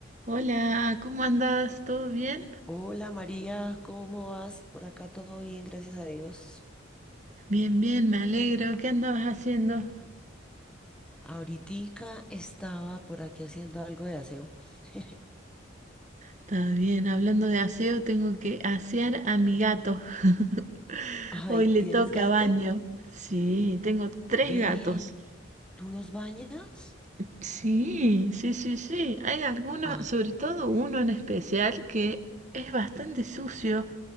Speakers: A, on the right; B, in the centre.
A: Hola, ¿cómo andás? ¿Todo bien?
B: Hola María, ¿cómo vas? Por acá todo bien, gracias a Dios.
A: Bien, bien, me alegro. ¿Qué andabas haciendo?
B: Ahoritica estaba por aquí haciendo algo de aseo. <laughs>
A: Está bien, hablando de aseo, tengo que asear a mi gato. <laughs>
B: Ay,
A: Hoy le
B: ¿tienes
A: toca
B: gato?
A: baño. Sí, tengo tres
B: Ven,
A: gatos.
B: ¿tú los bañas?
A: Sí, sí, sí, sí. Hay algunos,
B: Ah,
A: sobre todo uno en especial, que es bastante sucio.